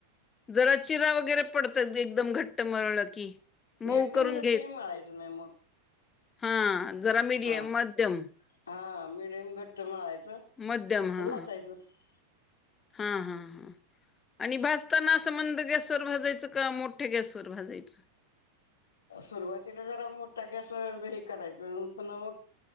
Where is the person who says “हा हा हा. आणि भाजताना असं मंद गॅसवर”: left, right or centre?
Left